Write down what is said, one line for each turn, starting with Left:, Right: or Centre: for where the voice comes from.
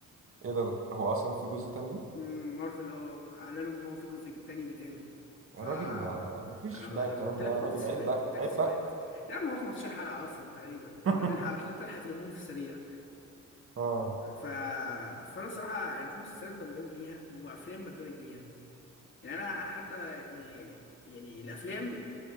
Right: ايه ده هو اصلا في جزء تاني
Left: مم، مارفل اه اعلنوا ان هو في جزء تاني بيتعمل ف
Right: يا راجل ما ما فيش
Left: انا
Right: بقى
Left: انا
Right: الكلام
Left: قلت
Right: ده
Left: لك
Right: يا راجل
Left: اهو تسريبات
Right: عيب بقى
Left: قلت لك
Right: عيب
Left: تسريبات
Right: بقى
Left: يا عم هو 15 حلقه اصلا تقريبا
Right: <laughs>
Left: ما ده الحلقه اللي تلحق تلمهم في السريع
Right: اه
Left: ف... فانا الصراحه يعني في مسلسلات بندمج ليها وافلام بندمج ليها يعني انا انا حتى يعني يعني الافلام